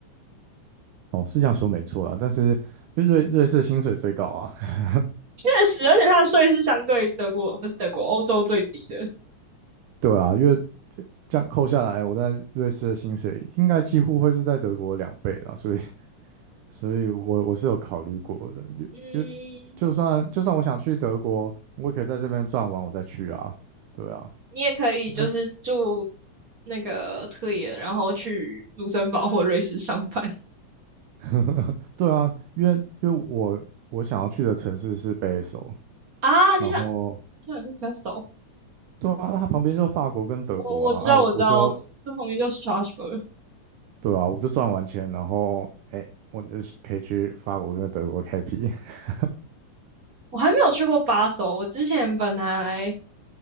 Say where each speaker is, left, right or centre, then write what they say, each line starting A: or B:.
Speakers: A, on the right (about 80°); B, on the right (about 45°).
A: 哦，是这样说没错啦，但是因为瑞瑞士薪水最高啊，<laughs>
B: 确实，而且它的税是相对德国不是德国欧洲最低的。
A: 对啊，因为这样扣下来，我在瑞士的薪水应该几乎会是在德国两倍啦，所以，所以我我是有考虑过的，因为因为
B: 嗯，
A: 就算就算我想去德国，我也可以在这边赚完我再去啊，对啊，
B: 你也可以就是住
A: 因为
B: 那个特野，然后去卢森堡或瑞士上班
A: <laughs> 对啊，因为因为我我想要去的城市是北首，
B: 啊。你想
A: 然后
B: 你想去 f e s t
A: 对啊，它旁边就是法国跟德国啊，
B: 我我知道我知道，
A: 啊我我就
B: 这旁边就是 Strasbourg。
A: 对啊，我就赚完钱，然后哎，我就可以去法国跟德国开辟。<laughs>
B: 我还没有去过巴首，我之前本来